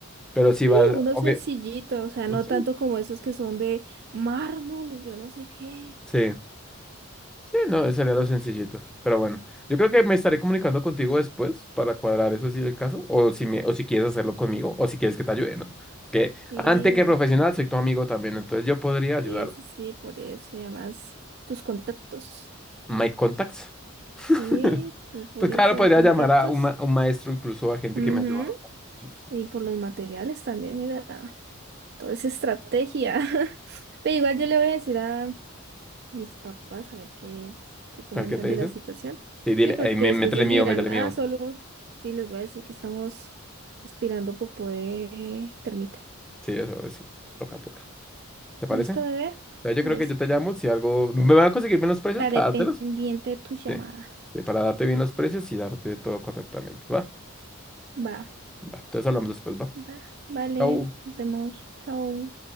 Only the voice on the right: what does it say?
Sí,
uno
sencillito, o sea,
no
tanto como esos que son de mármol y yo no sé qué.
Sí,
sí, sí, sí, por eso. Y además, tus contactos.
Sí,
tú podrías
tener
contactos.
Ujú,
Y por los materiales también, mira, toda esa estrategia. <laughs> Pero igual yo le voy a decir a mis papás a ver qué, qué comentan
de la situación.
Sí, porque
después
ellos
dirán,
ah, solo, sí, les voy a decir que estamos aspirando popó de termita.
¿Listo, bebé?
Entonces,
estaré
pendiente
de tu llamada.
Va,
va, vale,
nos vemos, chao.